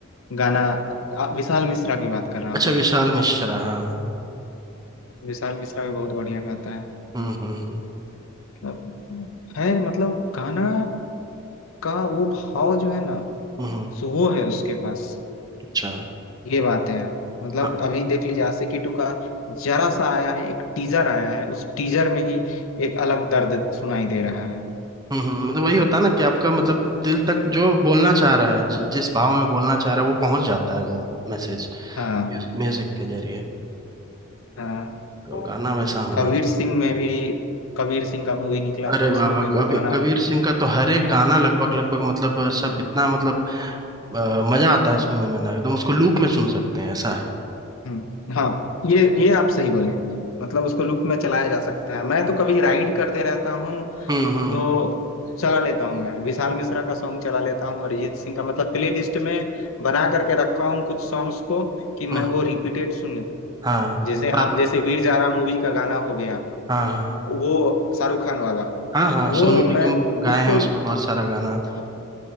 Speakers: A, on the left; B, on the right.
A: गाना आ, विशाल मिश्रा की बात कर रहा
B: अच्छा
A: हूँ मैं
B: विशाल मिश्रा हाँ हाँ,
A: विशाल मिश्रा भी बहुत बढ़िया गाता है
B: हम्म हम्म
A: मतलब है मतलब गाना का वो भाव जो है ना
B: हम्म हम्म,
A: सो वो है उसके पास
B: अच्छा
A: ये बातें हैं मतलब
B: हाँ,
A: अभी देख लीजिए आशिकी टू का जरा सा आया है एक टीजर आया है उस टीजर में ही एक अलग दर्द सुनाई दे रहा है
B: हम्म हम्म, मतलब वही होता है ना कि आपका मतलब दिल तक जो बोलना चाह रहा है जि- जिस भाव में बोलना चाह रहा है वो पहुंच जाता है वो मैसेज
A: हाँ
B: म्यूजिक के जरिए
A: हाँ
B: तो गाना वैसा होना
A: कबीर
B: चाहिए
A: सिंह में भी कबीर सिंह का मूवी निकला
B: अरे
A: था उसमें
B: बाबा
A: भी वो
B: कबीर
A: गाना
B: कबीर सिंह का तो हर एक गाना लगभग लगभग मतलब सब इतना मतलब अ, मजा आता है सुनने में ना एकदम उसको लूप में सुन सकते हैं ऐसा है
A: हम्म, हाँ ये ये आप सही बोले मतलब उसको लूप में चलाया जा सकता है मैं तो कभी राइड करते रहता हूँ
B: हम्म हम्म
A: तो चला लेता हूँ मैं विशाल मिश्रा का सॉन्ग चला लेता हूँ अरिजीत सिंह का मतलब प्ले लिस्ट में बना करके रखा हूँ कुछ सॉन्ग्स को कि मैं
B: हम्म हम्म,
A: वो रिपीटेड सुनूं
B: हाँ
A: जैसे
B: बार
A: आप
B: बार
A: जैसे वीर जारा मूवी का गाना हो गया
B: हाँ हाँ
A: वो शाहरुख खान वाला
B: हाँ हाँ
A: वो
B: सोनू निगम
A: मैं
B: गाए
A: उसको
B: हैं उसमें बहुत सारा गाना
A: हाँ,